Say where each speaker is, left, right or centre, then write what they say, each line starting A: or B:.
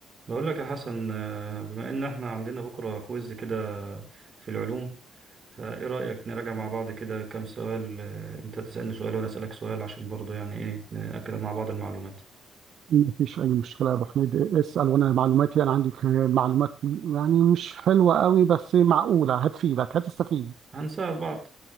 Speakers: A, on the right; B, on the right.
A: بقول لك يا حسن آه، بما ان احنا عندنا بكرة كويز كده في العلوم فايه رأيك نراجع مع بعض كده كام سؤال آه، انت تسألني سؤال وانا أسألك سؤال عشان برضو يعني ايه نأكد مع بعض المعلومات
B: مفيش أي مشكلة يا أبو حميد اسأل وأنا معلوماتي أنا عندي معلومات يعني مش حلوة قوي بس معقولة هتفيدك هتستفيد
A: هنساعد بعض